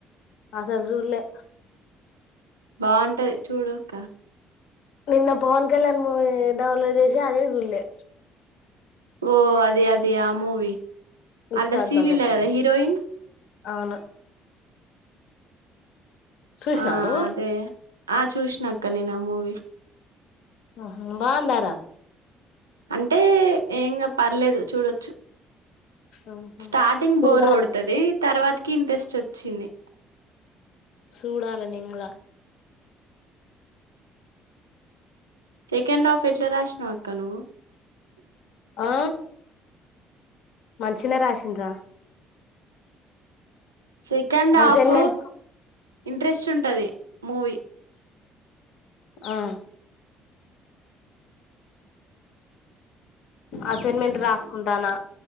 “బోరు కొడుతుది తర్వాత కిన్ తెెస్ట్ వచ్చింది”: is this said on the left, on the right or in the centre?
Right